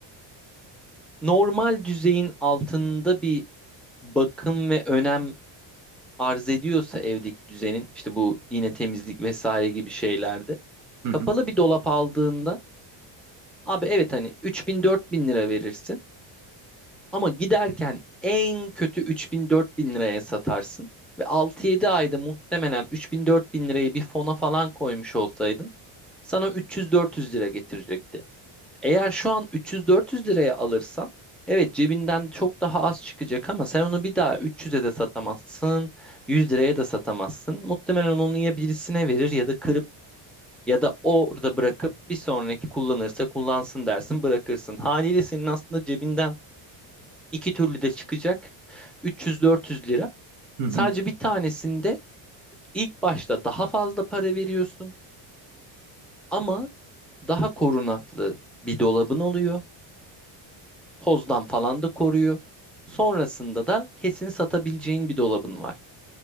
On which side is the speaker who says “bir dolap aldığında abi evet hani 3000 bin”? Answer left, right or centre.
Centre